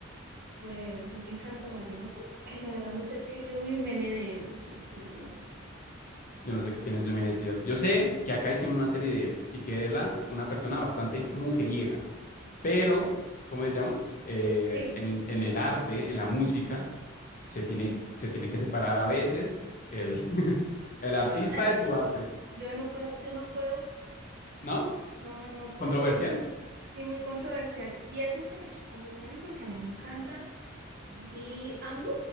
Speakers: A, on the right (about 50°); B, on the left (about 40°).
A: Pues el que canta vallenato. Ay, la verdad no sé, es que yo vi un meme de él, entonces por eso lo recordé.
B: Yo no sé quién es Diomedes Díaz. Yo sé que acá hicieron una serie de él y que era una persona bastante mujeriega, pero, ¿cómo se llama? Eh,
A: Sí,
B: en, en el arte, en la música, se tiene, se tiene que separar a veces el, <laughs> el
A: yo,
B: artista
A: ah,
B: de su arte,
A: yo no puedo, yo no puedo,
B: ¿no?
A: no, no puedo.
B: Controversial,
A: o sea, Sí, muy controversial. Y eso que me choca mucho a mí, porque a mí me encanta. The Anwood,